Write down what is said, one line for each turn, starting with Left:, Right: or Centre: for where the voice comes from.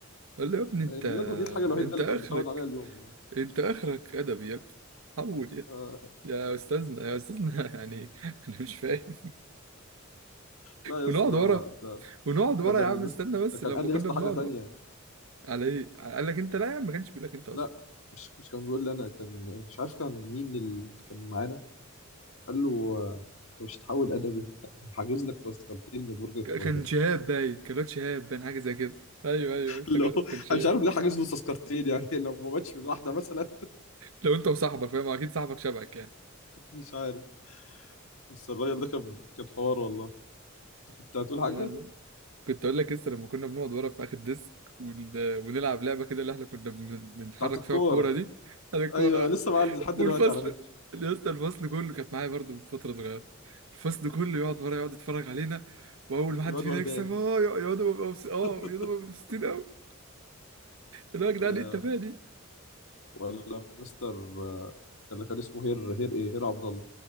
Right: قال له
Left: <laughs>
Right: يا ابني انت
Left: الرياضة دي الحاجة الوحيدة
Right: انت
Left: اللي
Right: اخرك
Left: كانت بتعود عليها اليوم يعني.
Right: انت اخرك ادبي يا ابني حول يا ابني.
Left: آه
Right: يا استاذنا يا استاذنا <laughs> يعني انا مش فاهم
Left: لا يا
Right: ونقعد
Left: اسطى ده
Right: ورا
Left: ده
Right: ونقعد ورا
Left: ده ده,
Right: يا
Left: المس...
Right: عم استنى بس
Left: ده كان
Right: لما
Left: قال لي
Right: كنا
Left: يا اسطى
Right: بنقعد
Left: حاجة تانية
Right: ورا على ايه قال لك انت لا يا عم ما كانش بيقول لك انت اصلا
Left: لا مش مش كان بيقول لي انا كان مش عارف كان مين اللي كان معانا قال له آه، انت مش هتحول ادبي لا، انا حاجز لك تذكرتين لبرج القاهرة
Right: كان شهاب باين كان الواد شهاب باين حاجه زي كده ايوه ايوه افتكرت
Left: اللي هو
Right: كان شهاب
Left: انا مش عارف ليه حاجز له تذكرتين يعني <laughs> لو ما ماتش من واحده مثلا
Right: لو انت وصاحبك فاهم اكيد صاحبك شبهك يعني
Left: مش عارف بس الراجل ده كان كان حوار والله كنت هتقول حاجه
Right: لا لا كنت اقول لك لسه لما كنا بنقعد ورا في اخر ديسك ون... ونلعب لعبه كده اللي احنا كنا بن... بنتحرك
Left: بتاعت الكوره
Right: فيها الكوره دي انا الكوره
Left: ايوه لسه معاه لحد
Right: والفصل
Left: دلوقتي على فكره
Right: يا اسطى الفصل كله كانت معايا برضه من فتره صغيره الفصل كله يقعد ورا يقعد يتفرج علينا واول ما حد
Left: الواد
Right: فينا
Left: وهدان
Right: يكسب اه يقعدوا ببقى مبسو-
Left: <laughs>
Right: اه يقعدوا ببقى مبسوطين قوي اللي هو يا جدعان
Left: آه،
Right: ايه التفاهه دي
Left: ولا مستر آه، كان كان اسمه هير هير ايه هير عبد الله